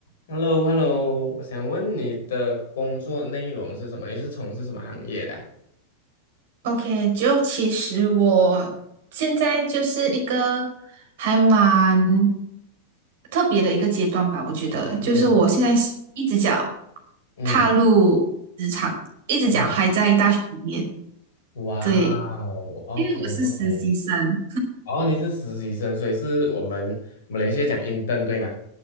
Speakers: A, on the left; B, on the right.
A: h e l l o h e l l o 我想问你的工作内容是什么？你是从事什么行业的啊
B: OK，就其实我现在就是一个还蛮特别的一个阶段吧，我觉得就是我现在是一只脚
A: 嗯嗯，
B: 踏入职场，一只脚还在大学里面，
A: 嗯，哇哦，OK
B: 对，因为我是实习生，
A: OK，哦，你是实习生，所以是我们马来西亚讲 intern 对吗